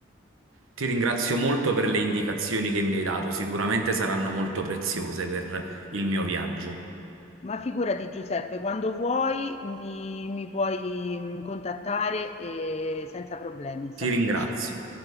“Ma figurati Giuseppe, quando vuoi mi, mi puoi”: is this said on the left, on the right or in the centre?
Left